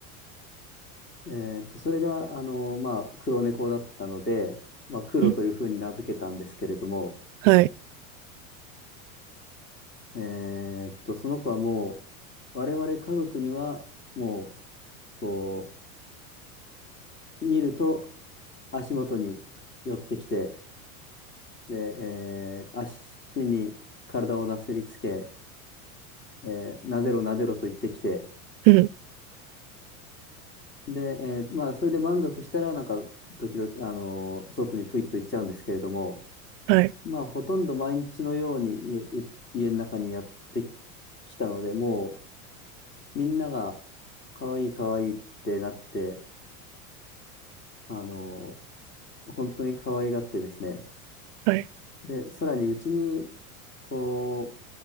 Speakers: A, on the left (about 25°); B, on the right (about 60°).
A: えーっと、それが、あの、まあ、黒猫だったので、まあ、黒というふうに名付けたんですけれども、
B: うんはい
A: えーっと、その子はもう、我々家族には、もう、こう、見ると、足元に寄ってきて、で、えー足に体をなすりつけ、えーなでろなでろと言ってきて、
B: うん
A: で、えーまあ、それで満足したら、なんか、時々、あのー外にプイッと行っちゃうんですけれども、
B: はい
A: まあ、ほとんど毎日のように家、う家の中にやってきたので、もう、みんなが、可愛い可愛いってなって、あのー本当に可愛がってですね、
B: はい
A: で、さらにうちに、こ